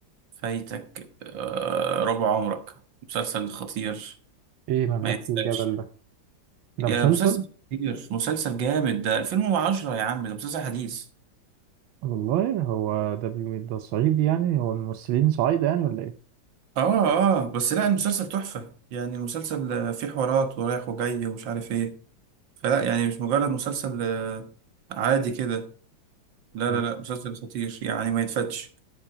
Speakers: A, on the right; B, on the right.
A: فايتك آه، ربع عمرك مسلسل خطير
B: ايه مملكة
A: ما يتسابش
B: الجبل ده ده
A: يا
B: مسلسل
A: مسلسل خطير مسلسل جامد ده 2010 يا عم ده مسلسل حديث
B: والله هو ده بي... ده صعيدي يعني هو الممثلين صعيدة يعني ولا ايه
A: اه اه بس لا المسلسل تحفة يعني المسلسل آه، فيه حوارات ورايح وجاي ومش عارف ايه فلا يعني مش مجرد مسلسل آه، عادي كده لا
B: تمام
A: لا لا مسلسل خطير يعني ما يتفتش